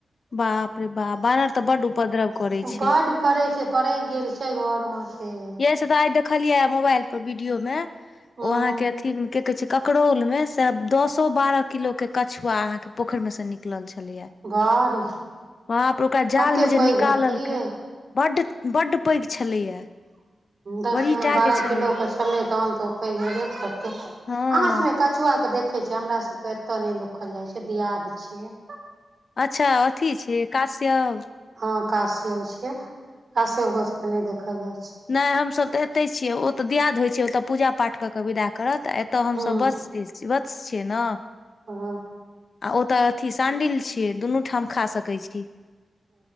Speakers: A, on the left (about 50°); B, on the right (about 55°).
A: बाप रे बाप बानर तऽ बड उपद्रव करै छै
B: बड करै छै पड़ैक गेल छै घर में से
A: है जेस तऽ आइ देखलियआ मोबाइल पर वीडियो में
B: हूँ
A: ओ अहाँ के अथी मे के कहे छै ककरोउल में तऽ दसो बारह किलो के कछुआ पोखरि मे से निकलल छलैया
B: बाह रे
A: बपरो ओकरा जाल
B: कते
A: मे जे
B: पैघ
A: निकालल
B: हेतै यै
A: कै बड्ड बड्ड पैघ छलैया
B: दस
A: बड़ी
B: जहन
A: टा
B: बारह
A: के छलै
B: किलो के छलै तहन तऽ ओ पैघ हेबे करतै अहाँ
A: हँ
B: सब मे कछुआ के देखै छियै हमरा सबके एतय नय देखल जाइ छै दियाद छिय
A: अच्छा अथी छै कास्यप
B: हँ काश्यप छिय काश्यप गोत्र के नय देखल जाइ छै
A: नय हमसभ तऽ एतहि छियै ओ तऽ दियाद होइत छै ओतय पूजा पाठ कऽ कऽ विदा करत एतय हमसभ
B: हूँ
A: बस त श वतस छियेँ न
B: हँ
A: आ ओतऽ अथि शंडिल्य छी ये दुनू ठाम खा सकेय छिये